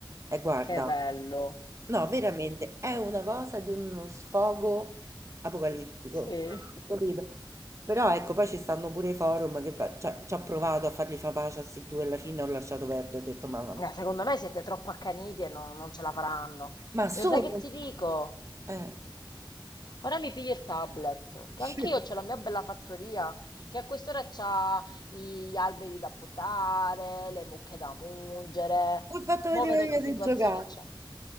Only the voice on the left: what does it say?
Che bello.
Sì.
No, secondo me siete troppo accaniti e non, non ce la faranno.
Io sai che ti dico?
Ora mi pigli il tablet, che
anch'io c'ho la mia bella fattoria, che a quest'ora c'ha i- gli alberi da potare, le mucche da mungere.
Mo' vedo
che
situazione
c'è.